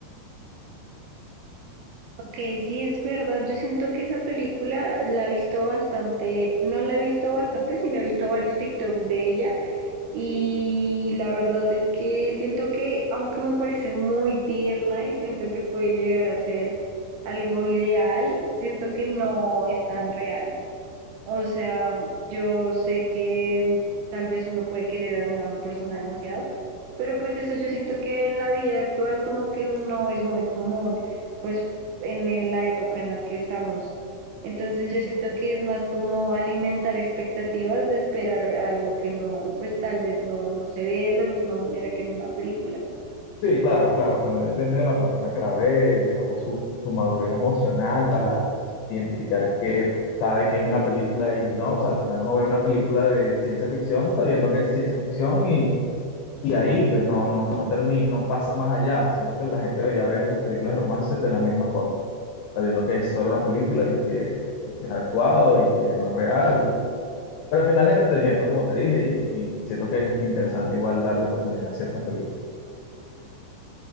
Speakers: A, on the right; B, on the left.
A: Ok, sí es verdad. Yo siento que esa película la he visto bastante, no la he visto bastante, sino he visto varios TikToks de ella. Y la verdad es que siento que, aunque me parece muy tierna y siento que puede llegar a ser algo ideal, siento que no es tan real. O sea, yo sé que mm, tal vez uno puede querer a una persona demasiado, pero pues eso yo siento que en la vida actual como que no es muy común, pues en en la época en la que estamos. Entonces yo siento que es más como alimentar expectativas de esperar algo que no, pues tal vez no, no se ve de la misma manera que en una película.
B: Sí, claro, claro, también depende de la persona que la ve, digamos, su, su madurez emocional para identificar que sabe que es una película y no, o sea, al final uno ve una película de ciencia ficción sabiendo que es ciencia ficción y, y ahí pues no, no, no termina, no pasa más allá, siendo que la gente debería ver las películas de romance de la misma forma, sabiendo que es solo una película y que, y que es actuado y que no es real, pero al final es entretenimiento, como te dije, y, y siento que es interesante igual darle oportunidad a ciertas películas.